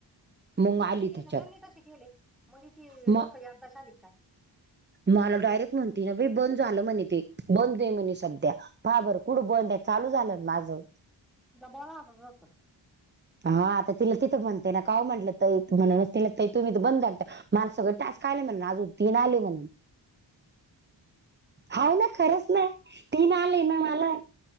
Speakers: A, on the right; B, in the centre.
A: मग
B: तू कसे
A: आली
B: केलं
A: त्याच्यात.
B: त्यांनी तसे केले मग तची
A: म
B: डोक ह आता शालिक काय
A: मला डायरेक्ट म्हणती ना बंद झालं म्हणे ते बंद आहे म्हणे सध्या ह बरं कुठं बंद आहे, चालू झालं ना माझं.
B: तिला बोला होता तस
A: हा आता तिला तिथं म्हणते ना काऊ म्हटलं तर म्हण तिला तुम्ही तर बंद जाता. मला सगळं टस्क आले म्हणून अजून तीन आले म्हणून हाव ना खरंच ना तीन आले ना मला.